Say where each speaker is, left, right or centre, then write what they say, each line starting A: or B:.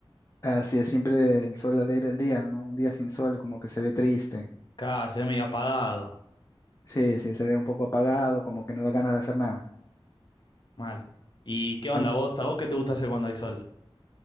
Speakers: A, on the left; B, on the left.
A: Así es, siempre el sol alegra el día, ¿no? Un día sin sol como que se ve triste.
B: Acá se ve medio apagado.
A: Sí, sí, se ve un poco apagado, como que no da ganas de hacer nada.
B: Mal. ¿Y qué onda
A: Ah,
B: vos? ¿A vos qué te gusta hacer cuando hay sol?